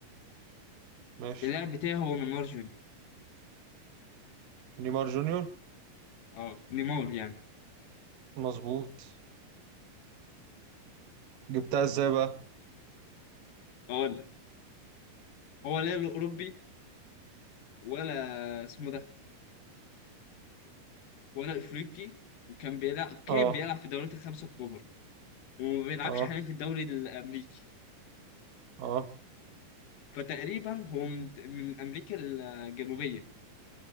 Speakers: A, on the right (about 80°); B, on the left (about 70°).
A: ماشي
B: اللاعب بتاعي هو نيمار جونيور
A: نيمار جونيور
B: أه نيمار يعني
A: مظبوط جبتها ازاي بقى
B: أقول لك هو لا له أوروبي ولا اسمه ده ولا أفريقي وكان بيلعب كان
A: اه
B: بيلعب في الدوريات الخمسة الكبرى وما بيلعبش
A: اه
B: حاليا في الدوري الأمريكي
A: اه
B: فتقريبا هو من, من أمريكا الجنوبية